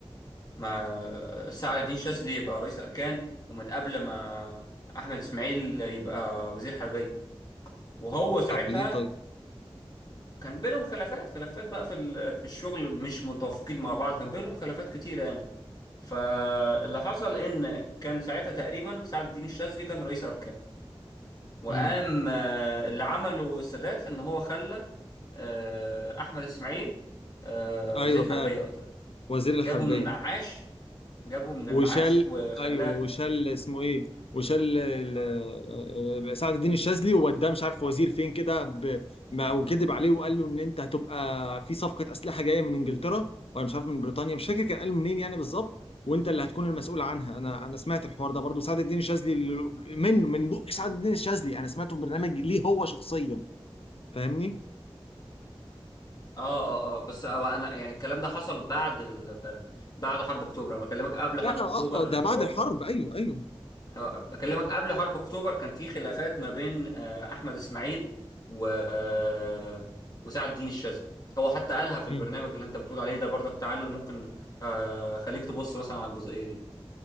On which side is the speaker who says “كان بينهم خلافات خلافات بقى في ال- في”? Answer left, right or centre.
Left